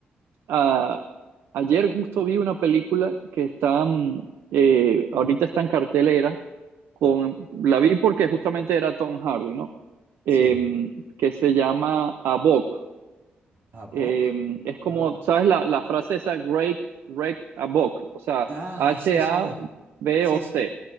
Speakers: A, on the right; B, on the right.
A: a- ayer justo vi una película que está, mm, eh, ahorita está en cartelera, con, la vi porque justamente era Tom Hardy, ¿no? Em,
B: sí.
A: que se llama A Buck.
B: ¿A Vogue?
A: Em, es como,
B: Ah,
A: ¿sabes la, la frase esa? Rake, rake a Buck, o sea,
B: ah,
A: H-A-B-O-C.
B: sí, sí. Sí, sí.